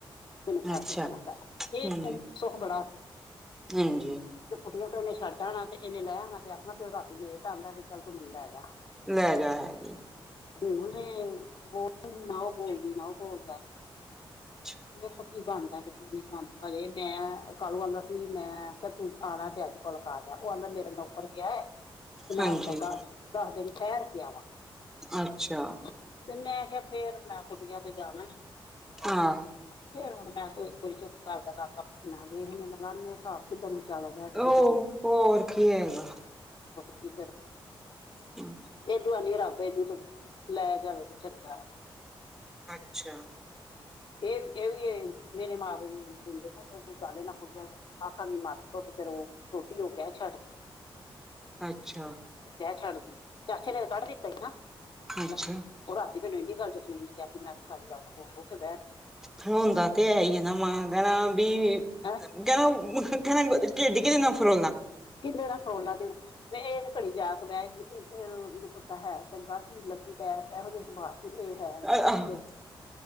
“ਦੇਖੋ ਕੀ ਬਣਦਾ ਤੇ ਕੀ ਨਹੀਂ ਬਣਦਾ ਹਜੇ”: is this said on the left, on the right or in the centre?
Left